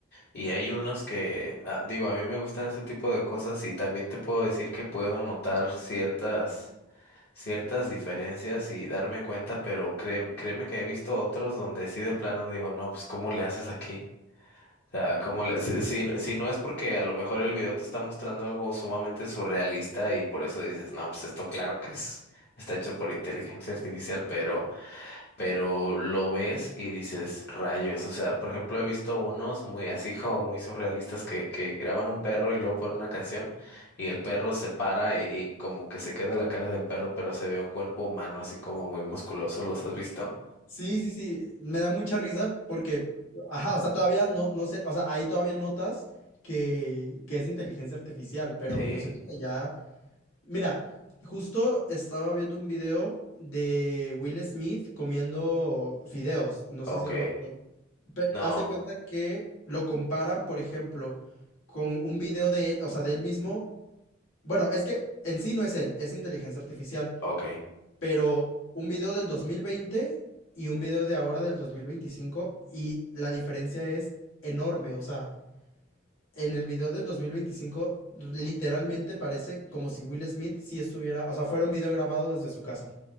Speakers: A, on the left (about 55°); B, on the left (about 90°).
A: y hay unos que, ah, digo, a mí me gustan ese tipo de cosas y también te puedo decir que puedo notar ciertas, ciertas diferencias y darme cuenta, pero cree- créeme que he visto otros donde sí de plano digo, no, pues ¿cómo le haces aquí? O sea, ¿cómo le,
B: sí.
A: si, si si no es porque a lo mejor el video te está mostrando algo sumamente surrealista y por eso dices, no, pues esto claro que es, está hecho por inteligencia artificial, pero pero lo ves y dices, rayos, o sea, por ejemplo, he visto unos muy así como muy surrealistas que, que graban un perro y luego ponen una canción y el perro se para y, y como que se queda la cara del perro, pero se ve un cuerpo humano así como muy musculoso, ¿los has visto?
B: Sí, sí, sí, me da mucha risa porque, ajá, o sea, todavía no, no sé, o sea, ahí todavía notas que, que es inteligencia artificial, pero
A: Sí,
B: yo siento que ya Mira, justo estaba viendo un video de Will Smith comiendo fideos. No
A: ok,
B: sé si lo, lo- pe-
A: no,
B: haz de cuenta que lo comparan, por ejemplo, con un video de él, o sea, de él mismo. Bueno, es que en sí no es él, es inteligencia artificial,
A: ok,
B: pero un video del 2020 y un video de ahora del 2025 y la diferencia es enorme, o sea, en el video del 2025, literalmente parece como si Will Smith sí estuviera, o sea, fuera un video grabado desde su casa.